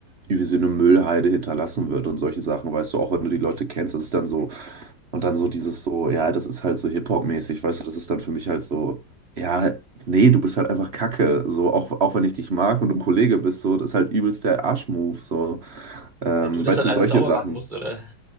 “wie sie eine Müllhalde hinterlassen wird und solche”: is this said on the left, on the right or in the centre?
Right